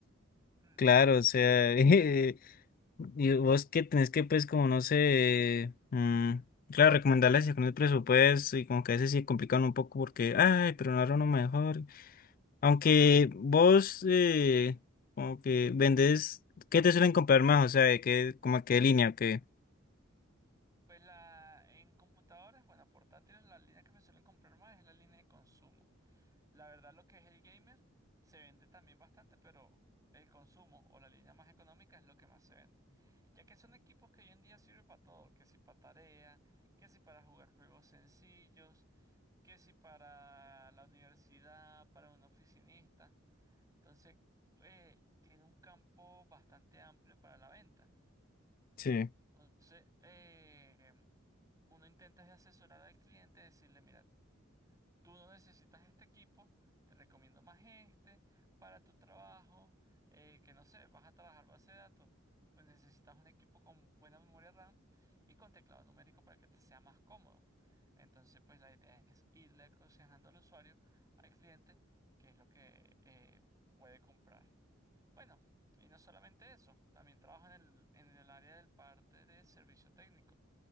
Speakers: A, on the right; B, on the left.
A: Mm.
B: claro, o sea, <laughs> y vos que tenés que, pues, como, no sé, mm, claro, recomendarles con el presupuesto y como que a veces sí complican un poco porque, ay, pero no era uno mejor, aunque vos, eh, como que vendés, ¿qué te suelen comprar más? O sea, ¿de qué, como a qué línea, o qué?
A: Pues la, en computadoras, bueno, portátiles, la línea que me suelen comprar más es la línea de consumo. La verdad, lo que es el gamer se vende también bastante, pero el consumo o la línea más económica es lo que más se vende. Ya que son equipos que hoy en día sirven para todo, que si para tarea, que si para jugar juegos sencillos, que si para la universidad, para un oficinista. Entonces, eh, tiene un campo bastante amplio para la venta.
B: Sí.
A: Entonces, eh, uno intenta es asesorar al cliente, decirle, mira, tú no necesitas este equipo, te recomiendo más este para tu trabajo, eh, que no sé, vas a trabajar base de datos, pues necesitas un equipo con buena memoria RAM y con teclado numérico para que te sea más cómodo. Entonces, pues la idea es irle aconsejando al usuario, al cliente, qué es lo que eh, puede comprar. Bueno, y no solamente eso, también trabajo en el, en el área del parte de servicio técnico.